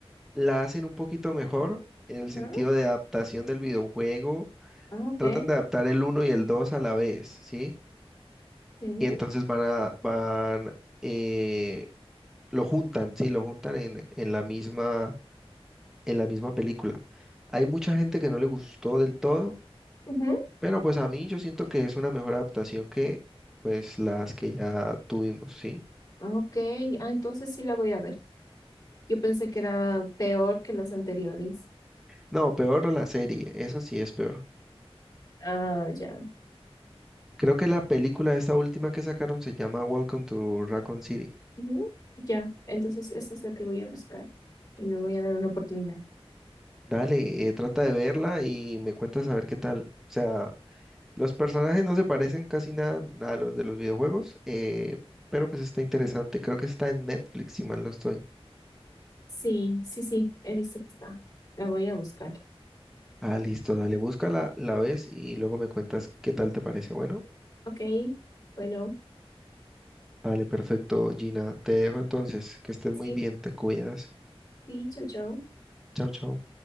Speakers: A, in the centre; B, on the left.
A: la hacen un poquito mejor en
B: <laughs> Ajá.
A: el sentido de adaptación del videojuego,
B: Ah, ok,
A: tratan de adaptar el uno y el 2 a la vez, ¿sí?
B: sí,
A: Y entonces van a, van, eh, lo juntan, sí, lo juntan en, en la misma en la misma película. Hay mucha gente que no le gustó del todo,
B: ujú.
A: pero pues a mí yo siento que es una mejor adaptación que pues las que ya tuvimos, ¿sí?
B: Ah, Ok, ah, entonces sí la voy a ver, yo pensé que era peor que las anteriores,
A: No, peor la serie, esa sí es peor.
B: ah, ya.
A: Creo que la película esta última que sacaron se llama Welcome to Raccoon City.
B: Ujú, Ya, entonces eso es lo que voy a buscar y le voy a dar una oportunidad.
A: Dale, eh, trata de verla y me cuentas a ver qué tal. O sea, los personajes no se parecen casi nada a los de los videojuegos, eh, pero pues está interesante. Creo que está en Netflix, si mal no estoy.
B: Sí, sí, sí, he visto que está. La voy a buscar.
A: Ah, listo, dale, búscala, la ves y luego me cuentas qué tal te parece. Bueno,
B: Ok, bueno,
A: dale, perfecto, Gina. Te dejo entonces, que estés
B: sí,
A: muy bien, te cuidas.
B: sí, chao, chao.
A: Chao, chao.